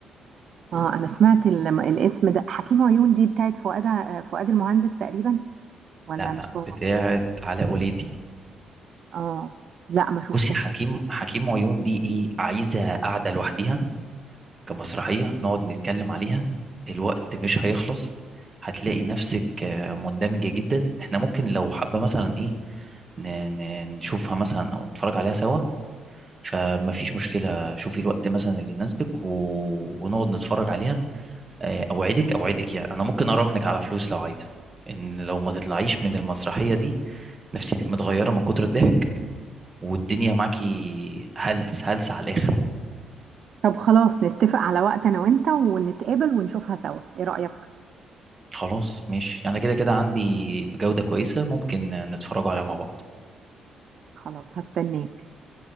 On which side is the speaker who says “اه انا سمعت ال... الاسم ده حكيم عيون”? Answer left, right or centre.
Right